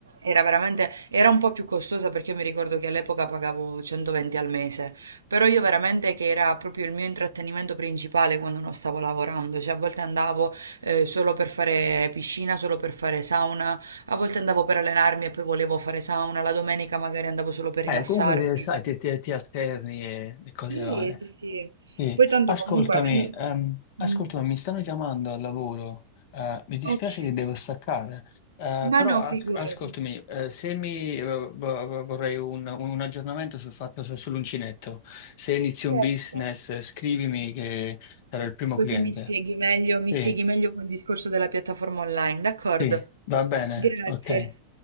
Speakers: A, on the right; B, on the left.
A: Era veramente, era un po' più costosa perché io mi ricordo che all'epoca pagavo 120 al mese, però io veramente che era proprio il mio intrattenimento principale quando non stavo lavorando, cioè a volte andavo eh, solo per fare piscina, solo per fare sauna, a volte andavo per allenarmi e poi volevo fare sauna, la domenica magari andavo solo per
B: Eh,
A: rilassarmi.
B: comunque, sai, ti, ti- ti alterni e, e cose
A: Sì,
B: varie.
A: sì, sì.
B: Sì,
A: Poi tanto
B: ascoltami,
A: comunque avendo...
B: ehm, ascoltami,
A: Mm,
B: mi stanno chiamando al lavoro, eh, mi dispiace
A: ok,
B: che devo staccare, eh,
A: ma
B: però
A: no,
B: as-
A: figurati.
B: ascoltami, eh, se mi eh, vo- vo- vorrei un, un aggiornamento sul fatto se- sull'uncinetto, se inizi
A: Certo.
B: un business eh, scrivimi che sarò il primo
A: Così
B: cliente.
A: mi spieghi meglio,
B: Sì,
A: mi spieghi meglio quel discorso della piattaforma online, d'accordo?
B: sì, va bene,
A: Grazie.
B: ok,